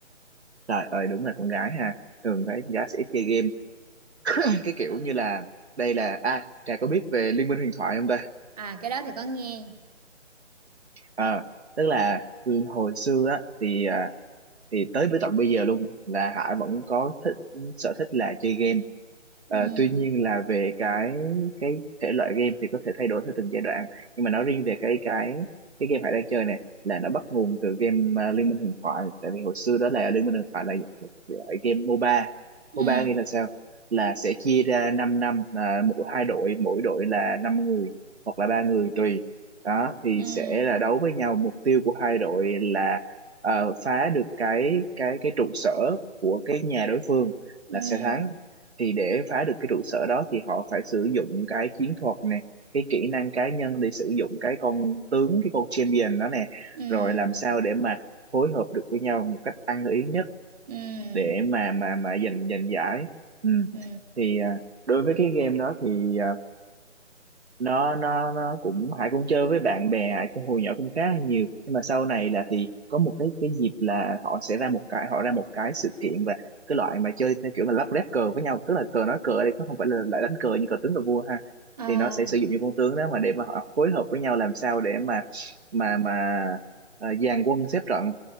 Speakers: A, on the right (about 55°); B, on the right (about 30°).
A: trời ơi đúng là con gái ha thường phải gái sẽ ít chơi game <coughs> cái
B: Ờ.
A: kiểu như là đây là à Trà có biết về Liên minh huyền thoại không ta
B: À, cái đó thì có nghe.
A: Ờ, tức là ừ, hồi xưa á thì à, thì tới với tận bây giờ luôn là Hải vẫn có thích sở thích là chơi game
B: Ừ,
A: Ờ, tuy nhiên là về cái cái thể loại game thì có thể thay đổi theo từng giai đoạn nhưng mà nói riêng về cái cái cái game Hải đang chơi này là nó bắt nguồn từ game à, Liên minh huyền thoại tại vì hồi xưa đó là Liên minh huyền thoại là một loại game MOBA
B: ừ,
A: MOBA nghĩa là sao là sẽ chia ra 5 năm năm, à, mỗi hai đội mỗi đội là năm người hoặc là ba người tùy đó thì
B: ừ,
A: sẽ là đấu với nhau mục tiêu của hai đội là ờ, phá được cái cái cái trụ sở của cái nhà đối phương
B: ừ,
A: là sẽ thắng thì để phá được cái trụ sở đó thì họ phải sử dụng cái chiến thuật nè cái kỹ năng cá nhân để sử dụng cái con tướng cái con champion đó nè
B: ừ,
A: rồi làm sao để mà phối hợp được với nhau một cách ăn ý nhất
B: ừ,
A: để mà mà mà giành giành giải ừ.
B: ừ.
A: thì à, đối với cái game đó thì à, nó nó nó cũng Hải cũng chơi với bạn bè Hải cũng hồi nhỏ cũng khá là nhiều nhưng mà sau này là thì có một cái cái dịp là họ sẽ ra một cái họ ra một cái sự kiện và cái loại mà chơi theo kiểu mà lắp ghép cờ với nhau tức là cờ nói cờ ở đây nó không phải là lại đánh cờ như cờ tướng cờ vua ha
B: Ờ,
A: thì nó sẽ sử dụng những con tướng đó mà để mà họ phối hợp với nhau làm sao để mà mà mà ờ, dàn quân xếp trận